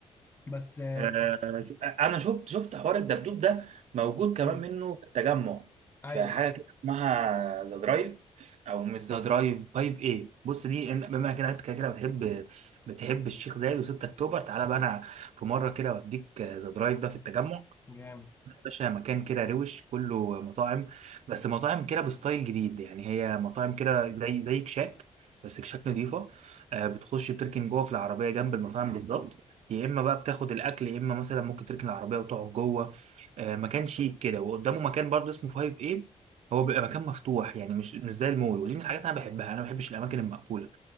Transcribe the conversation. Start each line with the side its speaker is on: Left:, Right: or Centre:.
Left: بس آه،
Right: آه، انا شفت شفت حوار الدبدوب ده موجود
Left: مم.
Right: كمان منه في التجمع
Left: ايوه
Right: في حاجه كده اسمها ذا درايف او مش ذا درايف 5 ايه بص دي إن- بما كده انت كده كده بتحب بتحب الشيخ زايد و6 اكتوبر تعالى بقى انا في مره كده اوديك ذا درايف ده في التجمع
Left: جامد
Right: باشا مكان كده روش كله مطاعم بس مطاعم كده بستايل جديد يعني هي مطاعم كده زي زي كشاك بس كشاك نضيفة آه، بتخش بتركن جوه في العربية جنب المطاعم بالظبط يا إما بقى بتاخد الأكل يا إما مثلا ممكن تركن العربية وتقعد جوه آه، مكان شيك كده وقدامه مكان برضه اسمه 5 ايه هو بيبقى مكان مفتوح يعني مش مش زي المول ودي من الحاجات انا بحبها انا ما بحبش الاماكن المقفوله